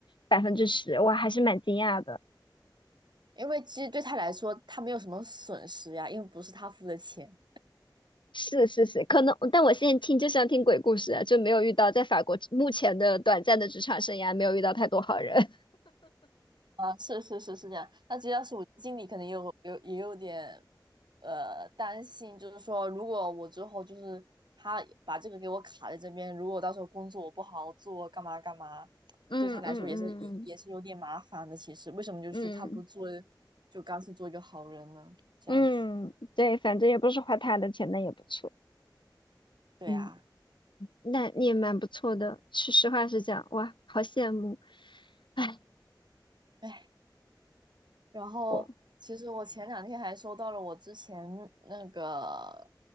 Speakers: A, on the left; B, on the right.
A: 百分之十，我还是蛮惊讶的。
B: 因为其实对他来说，他没有什么损失呀，因为不是他付的钱。
A: 是是是，可能，但我现在听就像听鬼故事啊就没有遇到在法国目前的短暂的职场生涯，没有遇到太多好人。
B: 啊，是是是是这样。那这要是我经理，可能也有有也有点呃担心，就是说，如果我之后就是他把这个给我卡在这边，如果到时候工作我不好好做，干嘛干嘛，
A: 嗯嗯嗯
B: 对他来说也是有也是有点麻烦的。其实为什么就是他不做，
A: 嗯
B: 就干脆做一个好人呢？这样子，
A: 嗯，对，反正也不是花他的钱，那也不错。
B: 对啊，
A: 嗯，那你也蛮不错的。是实话实讲，哇，好羡慕。哎，
B: 唉。然后其实我前两天还收到了我之前那个
A: 我，